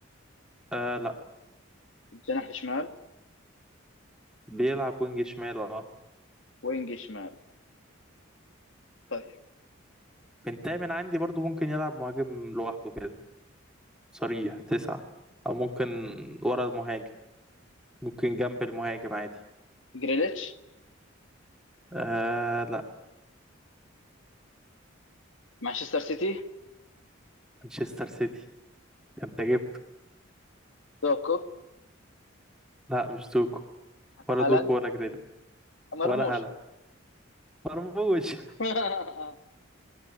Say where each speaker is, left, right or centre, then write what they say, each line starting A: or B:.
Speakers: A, in the centre; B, on the left (about 70°).
A: آه، لا
B: الجناح الشمال
A: بيلعب وينج شمال اه
B: وينج شمال طيب
A: من تامن عندي برضو ممكن يلعب مهاجم لوحده كده صريح تسعة او ممكن ورا المهاجم ممكن جنب المهاجم عادي
B: جريليتش
A: آه لا
B: مانشستر سيتي
A: مانشستر سيتي انت جبته
B: دوكو
A: لا مش دوكو ولا
B: هالاند
A: دوكو ولا جريلي
B: مرموش
A: ولا هالاند مرموش
B: <laughs>